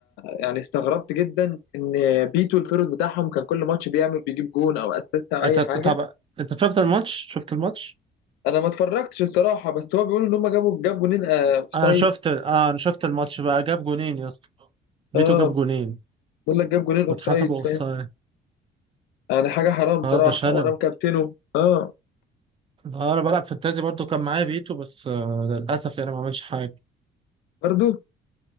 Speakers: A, on the left; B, on the right.
A: يعني استغربت جدا ان بيتو الفيرود بتاعهم كان كل ماتش بيعمل بيجيب جون او اسيست او اي
B: انت طب
A: حاجه
B: انت شفت الماتش شفت الماتش
A: انا ما اتفرجتش الصراحه بس هو بيقولوا ان هم جابوا جاب جونين اوف سايد
B: انا شفت اه انا شفت الماتش بقى جاب جونين يا اسطى بيتو
A: اه
B: جاب جونين
A: بيقول لك جاب جونين اوف
B: واتحسبوا
A: سايد
B: اوفسايد
A: فاهم يعني حاجه حرام صراحه
B: اه ده شلل
A: وانا مكابتنه اه
B: اه انا بلعب فانتازي برضو كان معايا بيتو بس آه للاسف يعني ما عملش حاجة
A: برضه